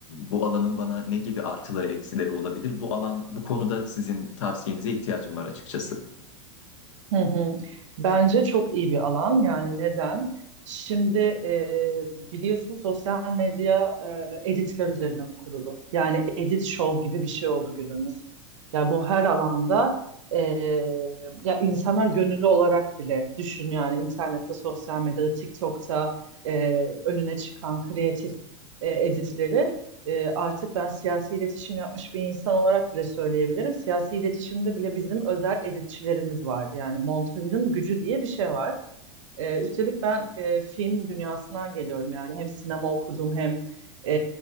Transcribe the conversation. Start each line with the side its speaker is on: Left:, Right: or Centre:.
Left: bu alanın bana ne gibi artıları eksileri olabilir? Bu alan bu konuda sizin tavsiyenize ihtiyacım var açıkçası.
Right: Hı hı. Bence çok iyi bir alan. Yani neden? Şimdi e, biliyorsun sosyal medya e, editler üzerine kurulu. Yani edit show gibi bir şey oldu günümüz. Ya bu her alanda e, ya insanlar gönüllü olarak bile düşün yani internette, sosyal medyada, TikTok'ta e, önüne çıkan kreatif e, editleri e, artık ben siyasi iletişim yapmış bir insan olarak bile söyleyebilirim. Siyasi iletişimde bile bizim özel editçilerimiz vardı. Yani montajın gücü diye bir şey var. Ee, üstelik ben e, film dünyasından geliyorum yani hem sinema okudum hem e,